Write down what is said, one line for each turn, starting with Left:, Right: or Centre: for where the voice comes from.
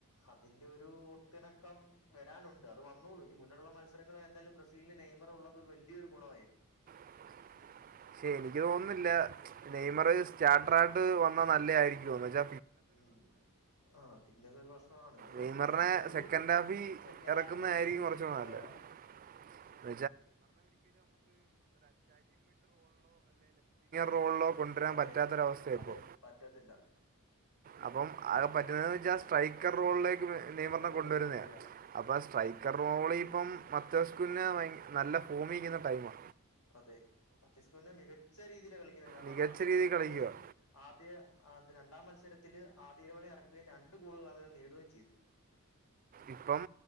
Left: അതിന്റെ ഒരു ഒത്തിണക്കം വരാനുണ്ട് അത് വന്നോളും ഇനി മുന്നിലുള്ള മത്സരങ്ങള എന്താലും ബ്രസീലിന് നെയ്മർ ഉള്ളത് ഒരു വലിയൊരു ഗുണായിരിക്കും
Right: <inaudible> ക്ഷെ എനിക്ക് തോന്നുന്നില്ല നെയ്മർ സ്റ്റാർട്ടറായിട്ട് വന്നാ നല്ല ആയിരിക്കോന്ന് ജ
Left: ഉം ആഹ് പിന്നത് ഒരു വർഷം
Right: നെയ്മറിനെ
Left: അയാളൊരു
Right: സെക്കൻഡ് ഹാഫിൽ
Left: സെക്കൻഡ്
Right: ഇറക്കുന്നതായിരിക്കും
Left: ഹാഫിലൊക്കായിരിക്കും
Right: കുറച്ചുകൂടെ
Left: വരുന്നുണ്ടാവ
Right: നല്ലത് <inaudible> റോളിലോ കൊണ്ടരാൻ
Left: അതെ
Right: പറ്റാത്തൊരവസ്ഥയാ
Left: അതെ
Right: ഇപ്പോ
Left: പറ്റത്തില്ല
Right: അപ്പം ആകെ പറ്റുന്നതെച്ചാൽ സ്ട്രൈക്കർ റോളിലേക്ക്
Left: സ്ട്രൈക്കർ
Right: നെയ്മറിനെ
Left: റോളിലേക്ക്
Right: കൊണ്ടുവരുന്ന
Left: കൊണ്ടുവരിക
Right: അപ്പൊ സ്ട്രൈക്കർ റോളി ഇപ്പം മത്തസ്കുഞ്ഞ ഭയ നല്ല ഫൂമി നിക്കുന്ന ടൈമാ
Left: അതെ മത്യസ്ക്യു പിന്ന മികച്ച രീതിലാ കളിക്കുന്നെ കാരണ
Right: മികച്ച
Left: മത്യസ്കൂനെ
Right: രീതിയിൽ കളിക്കുക
Left: ആദ്യ ആദ്യ രണ്ട് രണ്ടാം മത്സരത്തില് ആദ്യതവണ ഇറക്കുകയും രണ്ടു ഗോളുകൾ അദ്ദേഹം നേടുകയും ചെയ്തു
Right: ഇപ്പം